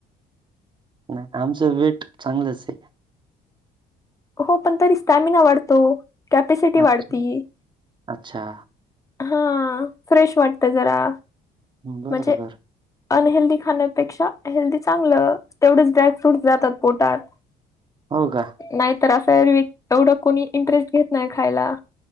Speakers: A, on the right; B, on the left.
A: नाही, आमचं वेट चांगलंच हाय.
B: हो पण तरी स्टॅमिना वाढतो, कॅपॅसिटी वाढती.
A: अच्छा अच्छा.
B: हा, फ्रेश वाटत जरा.
A: बरं,
B: म्हणजे
A: बरं.
B: अनहेल्दी खाण्यापेक्षा हेल्दी चांगलं. तेवढेच ड्राय फ्रूट्स जातात पोटात.
A: हो का?
B: नाहीतर असं <unintelligible> एवढं कोणी इंटरेस्ट घेत नाही खायला.